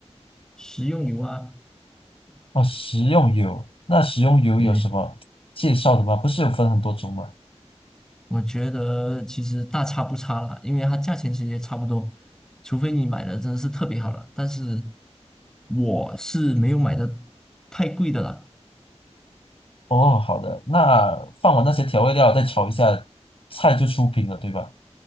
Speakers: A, in the centre; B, on the left.
A: 食用油啊。
B: 哦，食用油，那食用油有什么介绍的吗？
A: 对，
B: 不是有分很多种吗？
A: 我觉得其实大差不差啦，因为它价钱其实也差不多，除非你买的真的是特别好了。但是我是没有买的太贵的啦。
B: 哦，好的，那放完那些调味料再炒一下，菜就出品了，对吧？